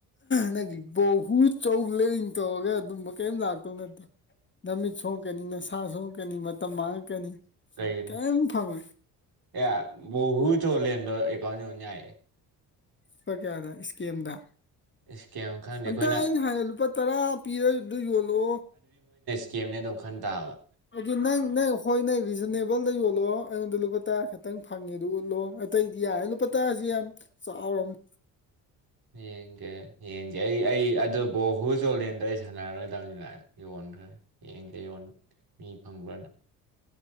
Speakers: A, on the left; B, on the right.
A: ꯅꯪꯒꯤ ꯕꯍꯨꯠ ꯆꯧ ꯂꯦꯡ ꯇꯧꯔꯒ ꯑꯗꯨꯝꯕ ꯀꯔꯤꯝ ꯂꯥꯛꯇꯧ ꯅꯠꯇꯦ ꯅꯨꯃꯤꯠ ꯁꯣꯛꯀꯅꯤ ꯅꯁꯥ ꯁꯣꯛꯀꯅꯤ ꯃꯇꯝ ꯃꯥꯡꯉꯛꯀꯅꯤ
B: ꯀꯩꯒꯤꯅꯣ
A: ꯀꯩꯝ ꯐꯪꯉꯣꯏ
B: <unintelligible>
A: ꯂꯨꯄꯥ ꯀꯌꯥꯗ ꯏꯁꯀꯦꯞꯗ
B: ꯏꯁꯀꯦꯝ ꯈꯪꯗꯦ
A: ꯑꯝꯇ
B: ꯑꯩꯈꯣꯏꯅ
A: ꯑꯩꯅ ꯍꯥꯏꯌꯦ ꯂꯨꯄꯥ ꯇꯔꯥ ꯄꯤꯔ ꯑꯗꯨ ꯌꯣꯜꯂꯣ
B: ꯀꯦꯝꯅꯦ ꯑꯗꯨꯝ ꯈꯟ ꯇꯥꯕ
A: ꯑꯗꯨ ꯅꯪ ꯅꯪ ꯍꯣꯏ ꯅꯪ ꯔꯤꯖꯅꯦꯕꯜꯗ ꯌꯣꯜꯂꯣ ꯑꯩꯉꯣꯟꯗ ꯂꯨꯄꯥ ꯇꯔꯥ ꯈꯛꯇꯪ ꯐꯪꯉꯦꯗꯨ ꯎꯠꯂꯣ ꯑꯇꯩꯗꯤ ꯌꯥꯔꯦ ꯂꯨꯄꯥ ꯇꯔꯥꯁꯤ ꯌꯥꯝ ꯆꯥꯎꯔꯝꯅꯦ
B: ꯌꯦꯡꯒꯦ ꯌꯦꯡꯖꯦ ꯑꯩ ꯑꯩ ꯑꯗꯨ ꯕꯣꯍꯨ ꯆꯣꯗꯦꯟꯗ ꯑꯩ ꯁꯥꯟꯅꯔꯣꯏꯗꯕꯅꯤ ꯅꯪ ꯌꯣꯟꯈ꯭ꯔꯦ ꯌꯦꯡꯒꯦ ꯌꯣꯟ ꯃꯤ ꯐꯪꯕ꯭ꯔꯅ